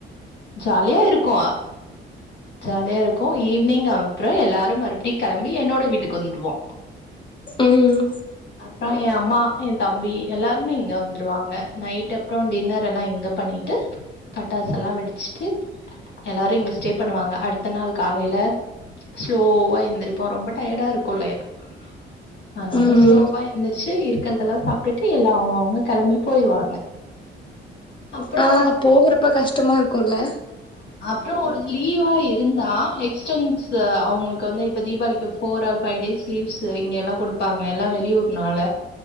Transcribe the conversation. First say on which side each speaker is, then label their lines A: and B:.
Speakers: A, on the left (about 60°); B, on the left (about 25°).
A: ஜாலியா இருக்கு ஜாலியா இருக்கும் ஈவினிங் அப்புறோம் எல்லாரு மறுபுடி கிளம்பி என்னோட வீட்டுக்கு வந்துருவோ
B: ம்
A: அப்பா என் அம்மா என் தம்பி எல்லாருமே இங்க வந்துருவாங்க நைட் அப்புறோம் டின்னர் எல்லாம் இங்க பண்ணிட்டு பட்டாசை எல்லா வெடிச்சுட்டு எல்லாரு இ்ங்க ஸ்டே பண்ணுவாங்க அடுத்த நாள் காலையில ஸ்லோவா எழுந்திரிப்போ ரொம்ப டயர்டா இருக்கும் ல்ல எனக் அதனல்லா
B: ம்
A: ஸ்லோவா எந்திரச்சு இரு இருக்கிறதெல்லா சாப்பிட்டுட்டு எல்லாம் அவ்ங்க அவ்ங்க கிளம்பி போயிருவாங்க அப்புறம்
B: ஆஹ் போகறப்ப கஷ்டமா இருக்குல
A: ற்றோல். லீவா இருந்தா எக்ஸ்டன்ஸ் அவங்களுக்கு வந்து இப்ப தீபாவளிக்கு four or five days leaves இங்க எல்லாம் கொடுப்பாங்க எல்லாம் வெளியூறுனால.